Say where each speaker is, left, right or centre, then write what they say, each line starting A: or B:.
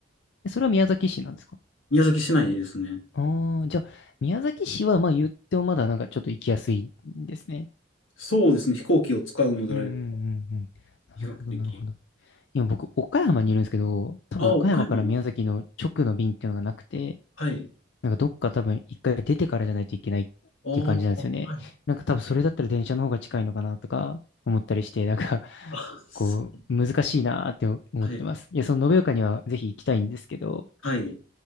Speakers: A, on the left; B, on the left.
A: えそれは宮崎市なんですか
B: 宮崎市内ですね。
A: ああー、じゃあ、宮崎市は、まあ言ってもまだなんかちょっと行きやすいんですね。
B: そうですね。飛行機を使うのであれば、
A: うんうんうんうん。なるほど、
B: 比較的。
A: なるほど。今僕、岡山にいるんですけど、多分岡山から宮崎の直の便っていうのがなくて、
B: ああ、岡山も。はい。
A: なんかどっか多分一回出てからじゃないといけないっていう感じなんですよね。
B: ああ、はい。
A: なんか多分それだったら電車の方が近いのかなとか思ったりして、なんか <laughs>
B: あ、す
A: こう難しいなーって思ってます。
B: はい。
A: いや、その延岡にはぜひ行きたいんですけど、
B: はい。